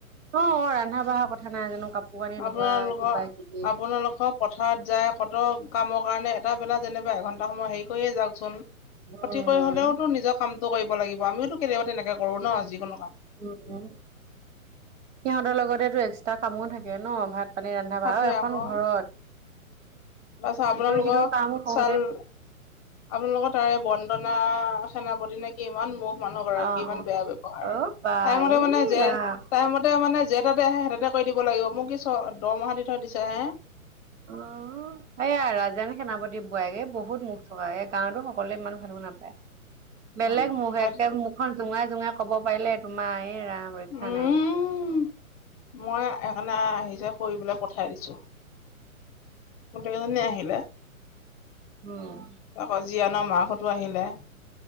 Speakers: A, on the right; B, on the left.
A: অ'। ৰন্ধা বঢ়া কথা নাই জানো কাপোৰ কানি
B: আপোনালোকৰ
A: ধোৱা কিবা কিবি
B: আপোনালোকৰ পথাৰত যায় কত কামক কাৰণে এটা বেলা যেনিবা এঘন্টা সময় হেৰি কৰিয়ে যাওকচোন ক্ষতি
A: উম
B: কৰি হ'লেওতো নিজৰ কামটো কৰিব লাগিব আমিওটো কেতিয়াবা তেনেকে কৰো ন যিকোনো কাম
A: উম, উম, সিহঁতৰ লগতেটো এক্সট্ৰা কামো থাকে ন ভাত পানী ৰান্ধাবাৰা
B: তাকে
A: আৰু এখন
B: আকৌ
A: ঘৰত
B: তাৰপিছত আপোনালোকৰ
A: ইটো সিটো কাম কৰওঁতে
B: চাউল আপোনালোকৰ তাৰে বন্দনা সেনাপতি নেকি ইমান ব মানুহ গৰাকী
A: অ'
B: ইমান
A: অ'
B: বেয়া ব্যৱহাৰ
A: অ' বা
B: তাই মতে
A: এই
B: মানে যে
A: ৰাম
B: তাই মতে মানে যে তাতে আহে, সেই তাতে কৰি দিব লাগিব, মোক কি দৰমাহা দি থৈ দিছে হে
A: অ', সেয়া ৰাজেন সেনাপতি বোৱাৰীকে বহুত মুখ চলাই, এই গাঁৱতো সকলোৱে ইমান ভালু নাপায়।
B: উম
A: বেলেগ মুখ
B: সেত
A: একে মুখখন জোঙাই জোঙাই কব পাৰিলে তোমাৰ এই ৰাম ৰৈখ্যা
B: উম
A: নাই।
B: মই সেইকাৰণে আহিছে কৰিবলৈ পঠাই দিছো। গোটেই কেইজনো আহিলে।
A: উম,
B: আকৌ জীয়ানৰ মাক হঁতো আহিলে।